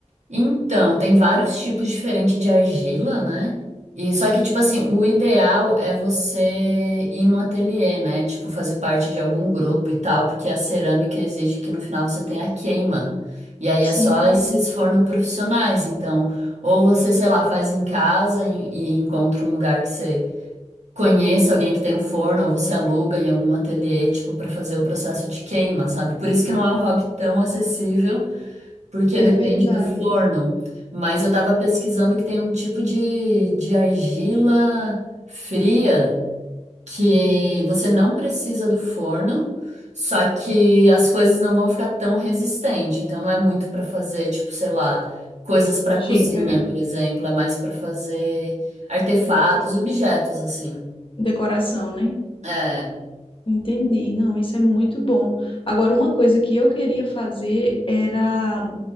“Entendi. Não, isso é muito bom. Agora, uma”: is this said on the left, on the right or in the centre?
Left